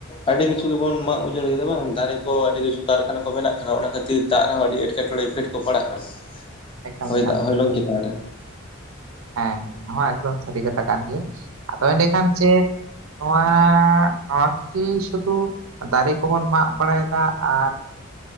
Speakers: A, on the left; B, on the right.
A: ᱟᱹᱰᱤ ᱠᱤᱪᱷᱩ ᱜᱮᱵᱚᱱ ᱢᱟᱜ ᱩᱡᱟᱹᱲ ᱠᱮᱫᱟ ᱵᱟᱝ ᱫᱟᱨᱮ ᱠᱚ ᱟᱹᱰᱤ ᱠᱤᱪᱷᱩ ᱠᱟᱨᱠᱷᱟᱱᱟ ᱠᱚ ᱵᱮᱱᱟᱜ ᱠᱟᱱᱟ ᱚᱱᱟ ᱠᱷᱟᱹᱛᱤᱨ ᱫᱟᱜ ᱨᱮᱦ ᱟᱹᱰᱤ ᱮᱴᱠᱮᱴᱬᱮ ᱤᱯᱷᱮᱠᱴ ᱠᱚ ᱯᱟᱲᱟᱜ ᱠᱟᱱᱟ
B: ᱮᱠᱟᱞ
A: ᱦᱚᱭ
B: ᱮᱠᱟᱞ
A: ᱫᱟᱜ ᱦᱚᱭᱞᱚᱝ ᱪᱮᱛᱟᱱ ᱨᱮ
B: ᱦᱮᱸ ᱱᱚᱣᱟ ᱮᱠᱫᱚᱢ ᱥᱟᱹᱨᱤ ᱠᱟᱛᱷᱟ ᱠᱟᱱ ᱜᱮᱭᱟ ᱟᱫᱚ ᱮᱸᱰᱮᱠᱷᱟᱱ ᱡᱮ ᱱᱚᱣᱟ ᱱᱚᱣᱟ ᱠᱤ ᱥᱩᱫᱷᱩ ᱫᱟᱨᱮ ᱠᱚᱵᱚᱱ ᱢᱟᱜ ᱵᱟᱲᱟᱭ ᱮᱫᱟ ᱟᱨ